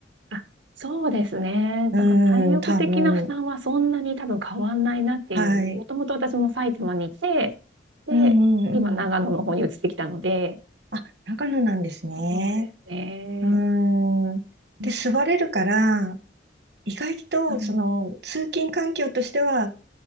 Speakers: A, on the right (about 80°); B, on the right (about 65°).
A: あ、そうですね。
B: う
A: だから体力的な負担はそんなに多分変わんないなっていう。
B: ーん、多分。はい。
A: もともと私も埼玉にいて、で、
B: うんうんうん。
A: 今長野の方に移ってきたので、
B: あ、長野なんですね。
A: そうですね。
B: うーん。で、
A: う
B: 座れるから、意外と、
A: ん
B: その、通勤環境としては